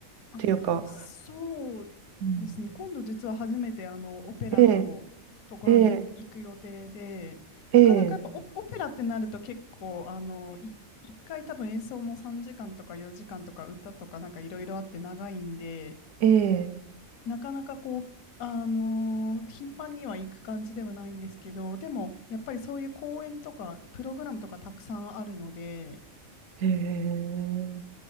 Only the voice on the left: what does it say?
あ、
そうですね。
今度実は初めてあのオペラのところに行く予定で、
なかなかやっぱオ、オペラってなると結構あのい一回多分演奏も3時間とか4時間とか歌とかなんかいろいろあって長いんで、
なかなかこう、あの頻繁には行く感じではないんですけど、でもやっぱりそういう公演とかプログラムとかたくさんあるので、